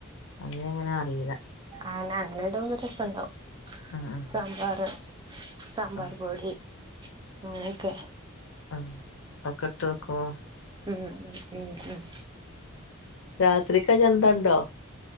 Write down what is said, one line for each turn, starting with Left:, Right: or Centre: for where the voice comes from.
Left: അതിന അങ്ങനെ അറിയില്ല
Right: ആഹ് അങ്ങനിടുമ്പോ രസുണ്ടാവും
Left: ഉം ഉം
Right: സാമ്പാറ് സാമ്പാർ
Left: ആഹ്
Right: പൊടി അങ്ങനെയൊക്കെ
Left: ആഹ് ഒക്കെ ഇട്ട് വെക്കുവോ
Right: ഉം ഉം ഉം ഉം
Left: രാത്രിക്കഞ്ഞി ന്തോ ണ്ടോ